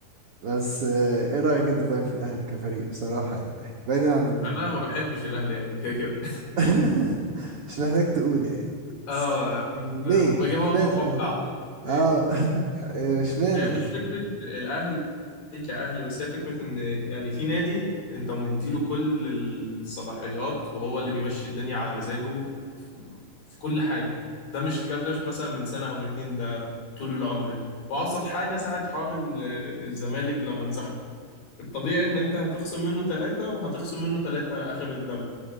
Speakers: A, on the right (about 60°); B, on the left (about 65°).
A: بس آه، ايه رأيك انت طيب في الاهلي كفريق بصراحة يعني <laughs> بعيدا عن ال...
B: أنا ما بحبش الأهلي يعني كده كده
A: <laughs> مش محتاج تقول يعني
B: اه
A: بس يعني ليه
B: آه، ما جاب برضه
A: اشمعنى
B: متوقع
A: الأهلي؟
B: إيه؟
A: اه <laughs> إيه، اشمعنى
B: هي
A: يعني
B: مش فكرة الأهلي كأهلي بس هي فكرة إن يعني في نادي أنت مديله كل الصلاحيات وهو اللي بيمشي الدنيا على مزاجه في في كل حاجة ده مش الكلام ده مش مثلا من سنة أو من اتنين ده طول العمر وأبسط حاجة ساعة حوار ال- الزمالك لما انسحب الطبيعي إن أنت هتخصم منه ثلاثة وهتخصم منه ثلاثة آخر الدوري